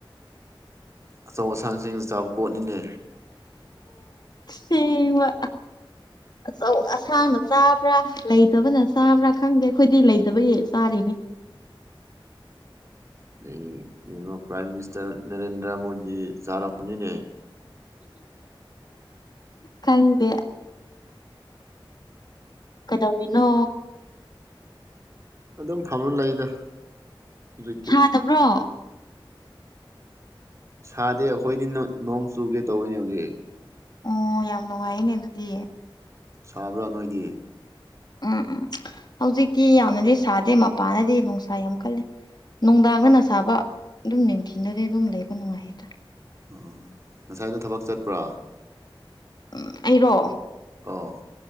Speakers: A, on the right; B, on the left.
A: ꯑꯆꯧ ꯑꯁꯥꯡꯁꯤꯡꯅ ꯆꯥꯕ ꯄꯣꯠꯅꯤꯅꯦ
B: ꯁꯦꯡꯕ ꯑꯆꯧ ꯑꯁꯥꯡꯅ ꯆꯥ ꯥꯕ꯭ꯔꯥ ꯂꯩꯇꯕꯅ ꯆꯥꯕ꯭ꯔꯥ ꯈꯪꯗꯦ ꯑꯩꯈꯣꯏꯗꯤ ꯂꯩꯇꯕꯒꯤ ꯆꯥꯔꯤꯅꯤ
A: <unintelligible> ꯌꯦꯉꯣ ꯄ꯭ꯔꯥꯏꯝ ꯃꯤꯅꯤꯁꯇꯔ ꯅꯔꯦꯟꯗ꯭ꯔ ꯃꯣꯗꯤ ꯆꯥꯔꯝꯒꯅꯤꯅꯦ
B: ꯈꯪꯗꯦ ꯀꯗꯧꯔꯤꯅꯣ
A: ꯑꯗꯨꯝ ꯐꯂ ꯂꯩꯗ ꯍꯧꯖꯤꯛꯇꯤ
B: ꯁꯗꯕ꯭ꯔꯣ
A: ꯁꯥꯗꯦ ꯑꯩꯈꯣꯏꯗꯤ ꯅꯣ ꯅꯣꯡ ꯆꯨꯒꯦ ꯇꯧꯋꯦꯅꯦ ꯍꯧꯖꯤꯛ
B: ꯑꯣ ꯌꯥꯝ ꯅꯨꯡꯉꯥꯏꯌꯦꯅꯦ ꯑꯗꯨꯗꯤ
A: ꯁꯕ꯭ꯔꯥ ꯅꯣꯏꯗꯤ
B: ꯎꯝ ꯍꯧꯖꯤꯛꯇꯤ ꯌꯥꯝꯅꯗꯤ ꯁꯥꯗꯦ ꯃꯄꯥꯟꯗꯗꯤ ꯅꯨꯡꯁꯥ ꯌꯥꯝ ꯀꯜꯂꯦ ꯅꯨꯡꯗꯥꯡꯗꯅ ꯁꯥꯕ ꯑꯗꯨꯝ ꯅꯤꯡꯊꯤꯜꯗꯗꯤ ꯑꯗꯨꯝ ꯂꯩꯕ ꯅꯨꯡꯉꯥꯏꯌꯦꯗ
A: ꯑꯣ ꯉꯁꯥꯏꯗ ꯊꯕꯛ ꯆꯠꯄ꯭ꯔꯥ
B: ꯎꯝ ꯑꯩꯔꯣ
A: ꯑꯧ